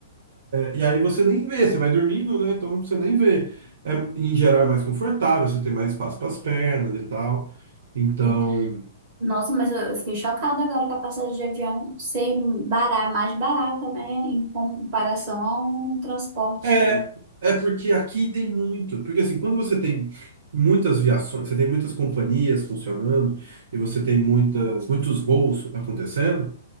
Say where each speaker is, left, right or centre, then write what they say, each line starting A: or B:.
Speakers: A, on the right; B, on the right.
A: E aí você nem vê, você vai dormindo, né? Então você nem vê. É, em geral é mais confortável, você tem mais espaço para as pernas e tal. Então,
B: Uhum. Nossa, mas eu, eu fiquei chocada agora com a passagem de avião ser bará, mais barata, né? Em comparação ao transporte.
A: é, é porque aqui tem muito. Porque assim, quando você tem muitas viações, você tem muitas companhias funcionando e você tem muitas, muitos voos acontecendo,